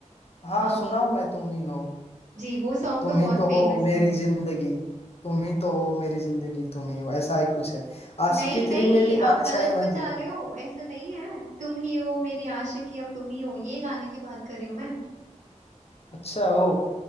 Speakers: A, on the left (about 55°); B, on the right (about 70°).
A: हाँ
B: हाँ
A: सुनाओ
B: वो
A: मैं तुम ही हो
B: जी वो सॉन्ग
A: तुम
B: तो
A: ही
B: बहुत
A: तो
B: फेमस
A: हो मेरी
B: है
A: जिंदगी तुम ही तो हो मेरी जिंदगी तुम ही हो ऐसा ही कुछ है
B: नहीं
A: आशिकी
B: नहीं
A: थ्री में भी गाने
B: आप गलत
A: शायद वही
B: बता
A: दिए
B: रहे हो ऐसा नहीं है तुम ही हो मेरी आशिकी अब तुम ही हो ये गाने की बात कर रही हूँ मैं
A: अच्छा हो